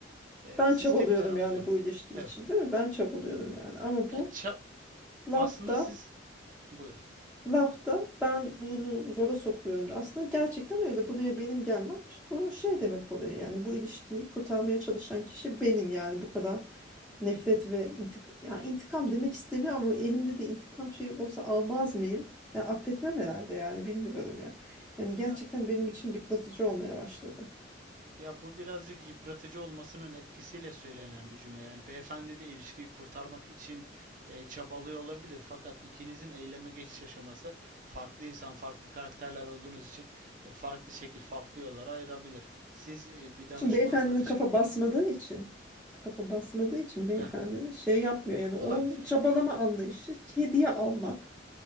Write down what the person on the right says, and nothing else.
E,
siz
tek taraflı.
Evet.
Ya ça-
aslında siz buyurun.
Ya
ya bu birazcık yıpratıcı olmasının etkisiyle söylenen bir cümle. Yani beyefendi de ilişkiyi kurtarmak için e, çabalıyor olabilir. Fakat ikinizin eyleme geçiş aşaması farklı insan, farklı karakterler olduğunuz için e, farklı şekil, farklı yollara ayırabilir. Siz e, bir danışmana
danışıp
Ya,
heh,
o,
olabilir.